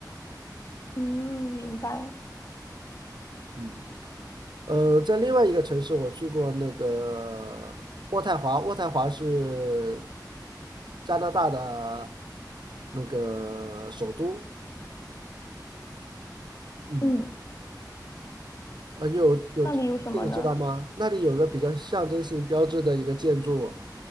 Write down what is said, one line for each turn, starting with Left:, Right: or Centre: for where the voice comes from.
Left: 嗯，明白。
Right: 嗯，呃，在另外一个城市，我去过那个渥太华，渥太华是加拿大的那个首都。嗯。
Left: 嗯。
Right: 呃，你有有这个知道吗？
Left: 那里有什么呢？
Right: 那里有个比较象征性标志的一个建筑，